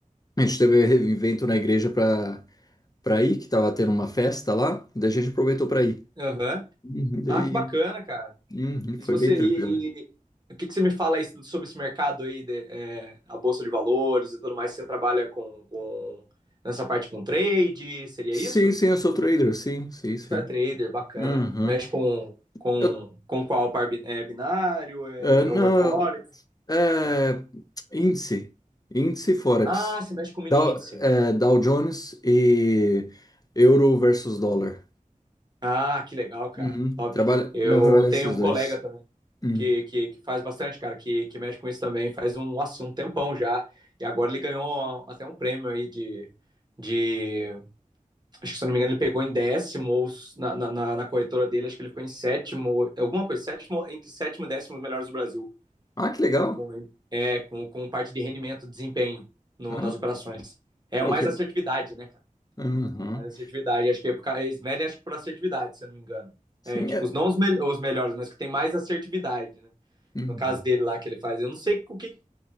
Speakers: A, on the left; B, on the right.
A: A gente teve um evento na igreja pra, pra ir, que tava tendo uma festa lá, daí a gente aproveitou pra ir.
B: Aham.
A: Uhum, daí,
B: Ah, que bacana, cara.
A: uhum,
B: E
A: foi
B: se você.
A: bem tranquilo.
B: E, e- o que, que você me fala aí sobre esse mercado aí, de, é, a Bolsa de Valores e tudo mais? Você trabalha com, com- nessa parte com trade? Seria
A: Sim,
B: isso?
A: sim, eu sou trader, sim, sim, sim.
B: Você é trader, bacana.
A: Uhum.
B: Mexe com, com,
A: Eu
B: com qual par bi- é binário? É,
A: É, não,
B: ou é Forex?
A: eu- é, índice, índice Forex,
B: Ah, você mexe com mini
A: Dow,
B: índice.
A: é, Dow Jones e euro versus dólar.
B: Ah, que legal, cara.
A: Uhum.
B: Top.
A: Trabalha,
B: Eu
A: não, trabalha esses
B: tenho um
A: dois.
B: colega também
A: Hum.
B: que, que, que faz bastante, cara, que, que mexe com isso também, faz um, nossa, um tempão já. E agora ele ganhou até um prêmio aí de, de. Acho que se eu não me engano, ele pegou em décimo ou s- na, na, na na corretora dele, acho que ele ficou em sétimo, alguma coisa, sétimo, entre sétimo e décimo os melhores do Brasil.
A: Ah, que legal.
B: Com, é, com, com parte de rendimento, desempenho no-
A: Ah,
B: nas operações. É
A: ok.
B: o mais assertividade, né, cara?
A: Uhum.
B: Mais assertividade. Acho que é por eles medem, acho que por assertividade, se eu não me engano.
A: Sim,
B: É, tipo,
A: é.
B: os- não os, mel- os melhores, mas que tem mais assertividade, né?
A: Uhum.
B: No caso dele lá que ele faz. Eu não sei com o que,